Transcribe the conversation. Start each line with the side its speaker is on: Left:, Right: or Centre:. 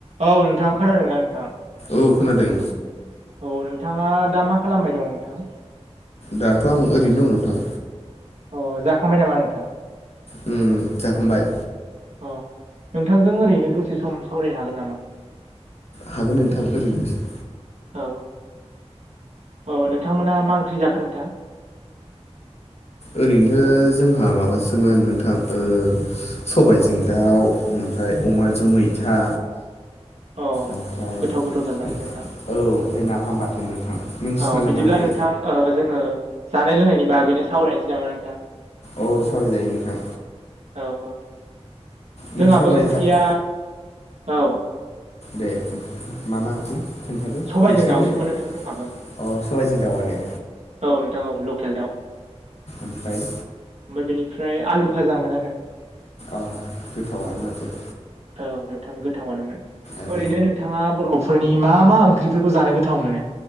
Right: औ नोंथां खोनादों ना नोंथां?
Left: औ खोनादों।
Right: औ नोंथाङा दा मा खालामबाय दं नोंथां?
Left: दाथ' आं ओरैनो दं नोंथां।
Right: अ जाखांबाय नामा नोंथां?
Left: उम जाखांबाय।
Right: अ नोंथांजों ओरैनो दसे सम सावरायनो हागोन नामा?
Left: हागोन नोंथां ओरैनोसो
Right: औ अ नोंथांमोना मा ओंख्रि जाखो नोंथां?
Left: ओरैनोथ' जोंहा माबासोमोन नोंथां ओ सबाइजों दाउ ओमफ्राय अमाजों मैथा।
Right: औ
Left: ओमफ्राय
Right: गोथाव गोथावथार माथो
Left: औ
Right: नोंथां
Left: ओमफ्राय नाफाम बाथोन नोंथां। नोंसिनालाय
Right: औ बिदिब्ला
Left: मा ओंख्रि
Right: नोंथां ओ जोङो जानाय लोंनायनि बागैनो सावरायनोसै नामा नोंथां?
Left: औ सावराय जायो नोंथां।
Right: औ औ।
Left: नोंस्रालाय
Right: जोंहाबो ओंख्रिया
Left: मा जाखो?
Right: औ
Left: दे मा मा ओंख्रि खोन्थादो,
Right: सबायजों
Left: नोंसिनाबोलै
Right: दाउसोमोन
Left: अ
Right: नोंथां जोंहाबो
Left: सबाइजों दाउवानो।
Right: औ नोंथां औ लकेल दाउ।
Left: ओमफ्राय?
Right: ओमफाय बेनिफ्राय आलु भाजामोन आरो।
Left: अह गोथावानो माथो।
Right: औ नोंथां गोथावानोमोन।
Left: ए
Right: ओरैनो नोंथाङा बर'फो फोरनि मा मा ओंख्रिफोरखौ जानो गोथाव मोनो?